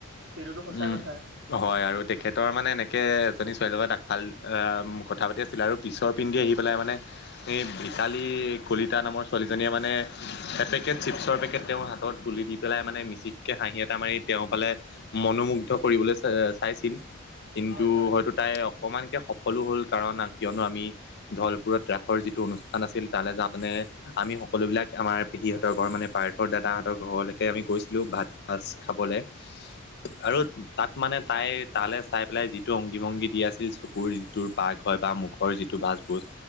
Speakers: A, on the right; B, on the left.
A: সেইটোতো সঁচা
B: উম
A: কথা
B: হয় আৰু তেখেতৰ মানে এনে এজনী ছোৱালীৰ লগত তাক ভাল আহ কথা পাতি আছিল আৰু হেৰি আহি পেলাই মানে এই ভিতালী কলিতা নামৰ ছোৱালীজনীয়ে মানে এ পেকেট চিপছৰ পেকেট তেওঁৰ হাতত তুলি দি পেলাই মানে মিচিককে হাঁহি এটা মাৰি তেওঁ পালে মনোমুগ্ধ কৰিবলৈ চ চাইছিল। কিন্তু
A: হয় হয়
B: হয়তো তাই অকমানকে সফলো হ'ল কাৰণ কিয়নো আমি ধলপুৰত ৰাসৰ যিটো অনুষ্ঠান আছিল তালৈ যাওঁনে আমি সকলোবিলাক আমাৰ সিহঁতৰ ঘৰ মানে পাৰ্থৰ দাদাহঁতৰ ঘৰলৈকে আমি গৈছিলোঁ ভাত সাজ খাবলৈ। আৰু তাত মানে তাই তালৈ চাই পেলাই যিটো অংগী ভংগী দি আছিল চকুৰ যিটোৰ পাক হয় বা মুখ ঘৰ যিটো ভাজ ভোজ